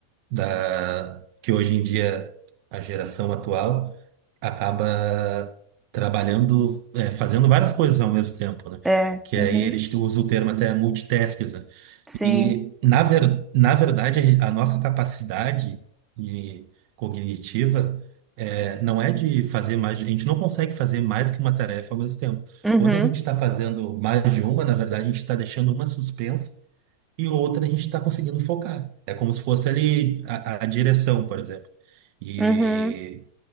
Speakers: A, on the right (about 45°); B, in the centre.
A: da que hoje em dia a geração atual acaba trabalhando, é, fazendo várias coisas ao mesmo tempo, né?
B: é,
A: Que
B: uhum,
A: aí eles usam o termo até multitasking. né?
B: sim,
A: E na ver, na verdade a nossa capacidade de- cognitiva é, não é de fazer mais, a gente não consegue fazer mais que uma tarefa ao mesmo tempo.
B: uhum,
A: Quando a gente está fazendo mais de uma, na verdade a gente está deixando uma suspensa e outra a gente está conseguindo focar. É como se fosse ali a, a direção, por exemplo. E,
B: uhum,